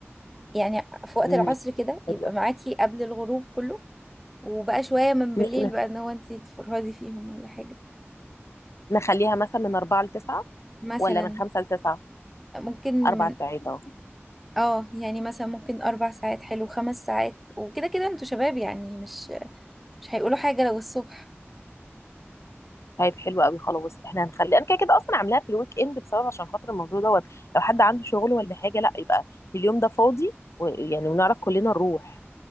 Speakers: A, in the centre; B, on the left.
A: يعني في وقت
B: امم
A: العصر كده يبقى
B: ال-
A: معاكي قبل الغروب كله وبقى شوية من بالليل
B: ن... ن-
A: بقى ان هو انتي تفرهدي فيهم ولا حاجة
B: نخليها مثلا من 4 ل 9
A: مثلا
B: ولا من 5 ل 9
A: ممكن
B: اربع
A: من
B: ساعات اهو
A: اه يعني مثلا ممكن اربع ساعات حلو خمس ساعات وكده كده انتوا شباب يعني مش مش هيقولوا حاجة لو الصبح
B: طيب حلو قوي خلاص احنا هنخلي انا كده كده اصلا عاملاها في الويك اند بسبب عشان خاطر الموضوع دوت لو حد عنده شغل ولا حاجه لا يبقى في اليوم ده فاضي ويعني ونعرف كلنا نروح